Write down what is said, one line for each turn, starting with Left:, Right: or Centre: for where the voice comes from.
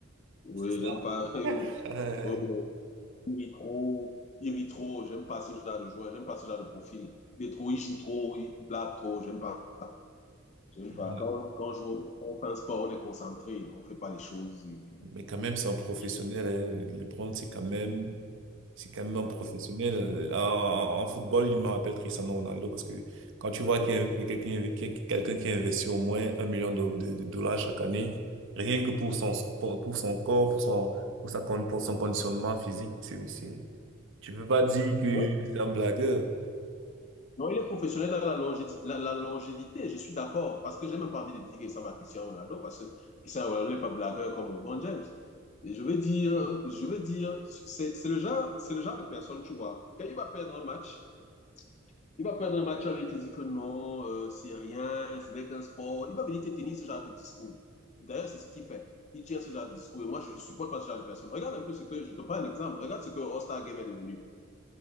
Left: Oui,
Right: c'est ça?
Left: j'aime pas. <laughs>
Right: <laughs>
Left: Ouais, Il est trop, il rit trop, j'aime pas ce genre de joueur, j'aime pas ce genre de profil. Il est trop, il joue trop, il blague trop, j'aime pas. J'aime pas.
Right: Ouais.
Left: Quand, quand on joue, on fait un sport, on est concentré, on fait pas les choses. et-
Right: Mais quand même, c'est un professionnel.
Left: et-
Right: Hein. LeBron, c'est quand même C'est quand même un professionnel. Euh, En, en football, il me rappelle Cristiano Ronaldo parce que quand tu vois qu'il y a que quelqu'un qui- quelqu'un qui investit au moins un million de, de- de dollars chaque année, rien que pour son pour, pour son corps, pour son pour sa con- pour son conditionnement physique, c'est c'est tu peux pas dire que
Left: Ouais.
Right: c'est un blagueur.
Left: Non, il est professionnel dans la longé, la, la longévité je suis d'accord, parce que j'ai même pas envie de dire qu'il ressemble à Cristiano Ronaldo, parce que Cristiano Ronaldo n'est pas blagueur comme LeBron James. Et je veux dire, je veux dire, c'est c'est le genre, c'est le genre de personne, tu vois, quand il va perdre un match, Il va perdre un match avec les icônes, non, euh, c'est rien, c'est avec un sport. Il va venir te tenir ce genre de discours. D'ailleurs, c'est ce qu'il fait. Il tient ce genre de discours et moi, je ne supporte pas ce genre de personne. Regarde un peu ce que, je te prends un exemple, regarde ce que le All-Star Game est devenu.